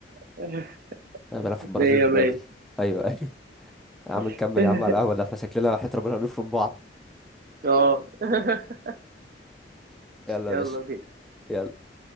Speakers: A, on the right (about 55°); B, in the centre.
A: <laughs>
B: انا بلعب في البرازيل
A: مية
B: دلوقتي
A: مية
B: ايوه ايوه يا عم
A: <laughs>
B: نكمل يا عم على القهوه ده فشكلنا وحياة ربنا هنفرم بعض
A: اه <laughs>
B: <laughs> يلا
A: يلا
B: يا باشا
A: بينا
B: يلا